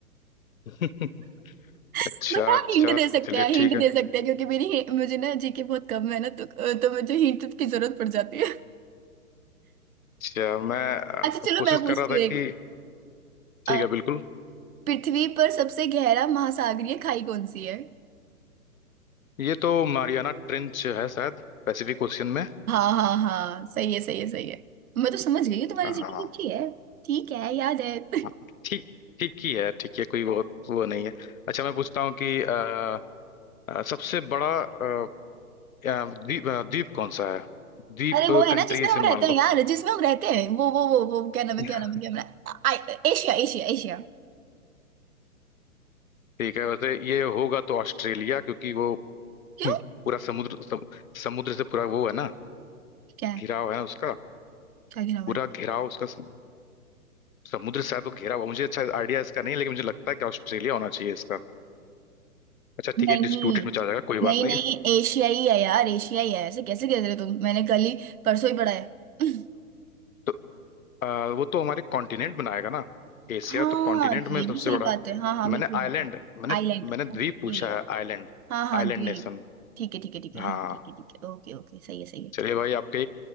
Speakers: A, on the left (about 65°); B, on the right (about 70°).
A: <laughs>
B: <laughs>
A: अच्छा
B: बट हाँ
A: अच्छा
B: हिंट दे सकते
A: चलिए
B: हैं हिंट
A: ठीक है
B: दे सकते हैं क्योंकि मेरी मुझे ना जीके बहुत कम है ना तो तो मुझे हिंट की जरूरत पड़ जाती है
A: अच्छा मैं अ,
B: <laughs> अच्छा चलो
A: कोशिश
B: मैं पूछती
A: कर रहा
B: हूँ
A: था
B: एक
A: कि
B: अ,
A: ठीक है बिल्कुल
B: पृथ्वी पर सबसे गहरा महासागरीय खाई कौन सी है
A: ये तो मारियाना ट्रेंच है शायद पैसिफिक ओशियन में
B: हाँ हाँ हाँ सही है सही है सही है मैं तो समझ गई हूँ तुम्हारी
A: हाँ
B: जीके भी अच्छी है ठीक है याद है
A: हाँ,
B: <laughs>
A: ठीक ठीक ही है ठीक है कोई बहुत वो नहीं है अच्छा मैं पूछता हूँ कि अ, अ, सबसे बड़ा अ, अ, द्वीप अ, द्वीप कौन सा है द्वीप
B: अरे वो है
A: कंट्री
B: ना जिसमें हम
A: से
B: रहते
A: मान
B: हैं
A: लो
B: यार जिसमें हम रहते हैं वो वो वो वो क्या नाम है
A: <laughs>
B: क्या नाम है क्या नाम है आ- आ- एशिया एशिया एशिया
A: ठीक है वैसे ये होगा तो ऑस्ट्रेलिया क्योंकि वो हम्म,
B: क्यों
A: पूरा समुद्र सम, समुद्र से पूरा वो है ना
B: क्या है
A: घिराव है उसका
B: क्या गिरा
A: पूरा घिराव उसका सम- समुद्र से शायद वो घिरा हुआ मुझे अच्छा आइडिया इसका नहीं है, लेकिन मुझे लगता है कि ऑस्ट्रेलिया होना चाहिए इसका अच्छा
B: नहीं
A: ठीक है डिस्प्यूटेड में चला जाएगा कोई
B: नहीं
A: बात
B: नहीं
A: नहीं
B: एशियाई है यार एशियाई है ऐसे कैसे कह रहे हो तुम मैंने कल ही परसों ही पढ़ा है <laughs>
A: तो आ, वो तो हमारे कॉन्टिनेंट बनाएगा ना एशिया
B: हाँ
A: तो कॉन्टिनेंट
B: ये
A: में सबसे
B: भी सही
A: बड़ा
B: बात
A: है।
B: है हाँ हाँ
A: मैंने
B: बिल्कुल
A: आइलैंड
B: बिल्कुल
A: मैंने
B: Island
A: मैंने द्वीप
B: okay
A: पूछा है आइलैंड
B: हाँ हाँ
A: आइलैंड
B: द्वीप
A: नेशन
B: ठीक है ठीक है ठीक है
A: हाँ
B: हाँ ठीक है ठीक है ओके ओके सही है सही है
A: चलिए भाई आपके